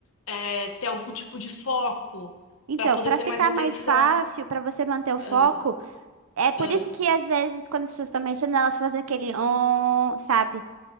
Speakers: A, on the left; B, on the right.
A: é, ter algum tipo de foco
B: Então,
A: para poder
B: pra
A: ter
B: ficar
A: mais atenção.
B: mais fácil, pra você manter o foco,
A: Ah,
B: é por
A: ah.
B: isso que às vezes, quando as pessoas estão mexendo, elas fazem aquele on, sabe?